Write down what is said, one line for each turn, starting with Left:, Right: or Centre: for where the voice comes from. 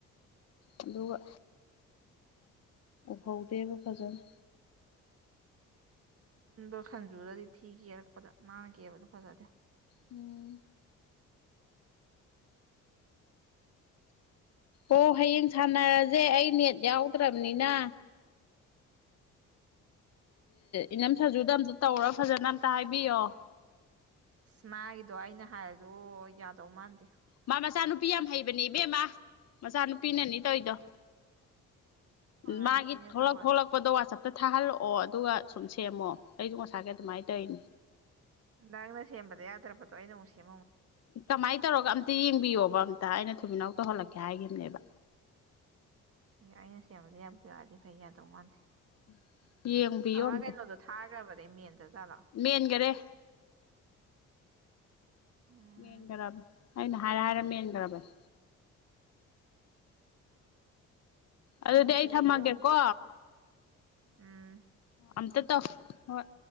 Left: ꯑꯗꯨꯒ ꯑꯣꯐꯥꯎꯗꯦꯕꯨ ꯐꯖꯅ
Right: ꯗꯣ ꯁꯟꯖꯨꯗꯗꯤ ꯊꯤ ꯀꯦꯔꯛꯄꯗ ꯃꯥꯅ ꯀꯦꯕꯗꯣ ꯐꯖꯗꯦ
Left: ꯎꯝ ꯑꯣ ꯍꯌꯦꯡ ꯁꯥꯟꯅꯔꯁꯦ ꯑꯩ ꯅꯦꯠ ꯌꯥꯎꯗ꯭ꯔꯕꯅꯤꯅ ꯏꯅꯝ ꯁꯖꯨꯗ ꯑꯝꯇ ꯇꯧꯔ ꯐꯖꯅ ꯑꯝꯇ ꯍꯥꯏꯕꯤꯌꯣ
Right: ꯑꯁ ꯃꯥꯒꯤꯗꯣ ꯑꯩꯅ ꯍꯥꯏꯔꯁꯨ ꯌꯥꯗꯧ ꯃꯥꯟꯗꯦ
Left: ꯃꯥ ꯃꯆꯥꯅꯨꯄꯤ ꯌꯥꯝ ꯍꯩꯕꯅꯦ ꯏꯕꯦꯝꯃ ꯃꯆꯥꯅꯨꯄꯤꯅꯅꯤ ꯇꯧꯔꯤꯗꯣ
Right: ꯑꯣꯖꯥ
Left: ꯃꯥꯒꯤ
Right: ꯅꯨꯄꯤꯅ
Left: ꯊꯣꯛꯂꯛ
Right: ꯇꯧꯔꯁꯨ
Left: ꯊꯣꯛꯂꯛꯄꯗ ꯋꯥꯆꯞ ꯑꯝ ꯇ ꯊꯥꯍꯜꯂꯛꯑꯣ ꯑꯗꯨꯒ ꯁꯨꯝ ꯁꯦꯝꯃꯣ ꯑꯩꯁꯨ ꯉꯁꯥꯏꯒꯤ ꯑꯗꯨꯃꯥꯏꯅ ꯇꯧꯔꯤꯅꯤ
Right: ꯅꯪꯅ ꯁꯦꯝꯕꯗ ꯌꯥꯗ꯭ꯔꯕꯗꯣ ꯑꯩꯅ ꯑꯃꯨꯛ ꯁꯦꯝ
Left: ꯀꯃꯥꯏꯅ ꯇꯧꯔꯒ ꯑꯝꯇ ꯌꯦꯡꯕꯤꯌꯣꯕ ꯑ ꯑꯩꯅ ꯊꯨꯃꯤꯅꯥꯎ ꯇꯧꯍꯜꯂꯛꯀꯦ ꯍꯥꯏꯈꯤꯕꯅꯦꯕ
Right: ꯑꯦ ꯑꯩꯅ ꯁꯦꯝꯕꯗꯤ ꯌꯥꯝꯕ ꯌꯥꯔꯗꯤ ꯐꯩ ꯌꯥꯗꯧ ꯃꯥꯟꯗꯦ
Left: <inaudible> ꯌꯦꯡꯕꯤꯌꯣ
Right: ꯑꯃ
Left: ꯑꯝꯇ
Right: ꯀꯩꯅꯣꯗꯣ ꯊꯥꯈ꯭ꯔꯕꯅꯦ ꯃꯦꯟꯗ ꯖꯥꯠꯂꯣ
Left: ꯃꯦꯟꯈꯔꯦ
Right: ꯎꯝ
Left: ꯃꯦꯟꯈ꯭ꯔꯕ ꯑꯩꯅ ꯍꯥꯏꯔ ꯍꯥꯏꯔ ꯃꯦꯟꯈ꯭ꯔꯕꯅꯤ ꯑꯗꯨꯗꯤ
Right: ꯍꯣꯏ
Left: ꯑꯩ ꯊꯝꯃꯒꯦꯀꯣ
Right: ꯌꯦꯡꯒꯦ ꯑꯃꯨꯛ ꯎꯝ
Left: ꯑꯇ ꯇꯐ ꯍꯣꯏ